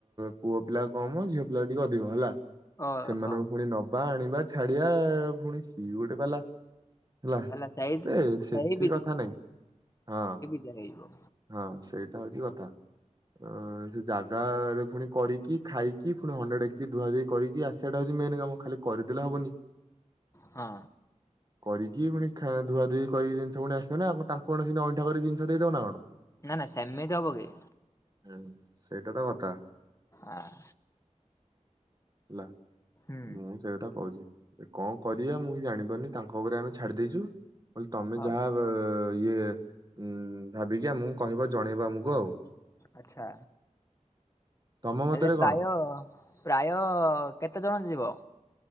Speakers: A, on the right (about 30°); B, on the left (about 25°).
A: ପୁଅ ପିଲା କମ୍ ଝିଅ ପିଲା ଟିକେ ଅଧିକ ହେଲା।
B: ଓହୋ
A: ସେମାନଙ୍କୁ ପୁଣି ନବା ଆଣିବା ଛାଡିବା ପୁଣି ସିଏ ଗୋଟେ ପାଲା। ହେଲା
B: ହେଲା ସେଇ ସେଇ
A: ଏ ସେଥି କଥା ନାଇଁ ହଁ।
B: ସେ ହେଇବ।
A: ହଁ ସେଇଟା ହୋଉଚି କଥା ଅଁ ସେ ଜା ଗାଁ ରେ ପୁଣି କରିକି ଖାଇକି ପୁଣି ହଣ୍ଡା ଡେକ୍ଚି ଧୁଆଧୁଇ କରିକି ଆସିବାଟା ହୋଉଚି ମେନ୍ କାମ ଖାଲି କରିଦେଲେ ହବନି।
B: ହଁ।
A: କରିକି ପୁଣି ଖାଁ ଧୁଆ ଧୁଇ କରିକି ଜିନ୍ଷ ପୁଣି ଆସିବ ନା ତାଙ୍କୁ କଣ ସେମିତି ଅଇଁଠା କରିକ ଜିନ୍ଷ ଦେଇଦବ ନା କଣ?
B: ନା ନା ସେମିତି ହବ କି?
A: ହୁଁ ସେଇଟା ତ କଥା।
B: ଆଃ।
A: ହେଲା
B: ହୁଁ
A: ମୁଁ ସେଇଟା କହୁଛି। କଣ କରିଆ ମୁଁ ବି ଜାଣିପାରୁନି ତାଙ୍କ ଉପରେ ଆମେ ଛାଡି ଦେଇେଚୁ ମୁଁ କହିଲି ତମେ
B: ହଉ
A: ଯାହା ବ-ଇଏ ଉ ଭାବିକି ଆମକୁ କହିବ ଜଣେଇବ ଆମକୁ ଆଉ।
B: ଆଛା
A: ତମ ମତରେ
B: ହେଲେ ପ୍ରାୟ
A: କଣ?
B: ପ୍ରାୟ କେତେ ଜଣ ଯିବ?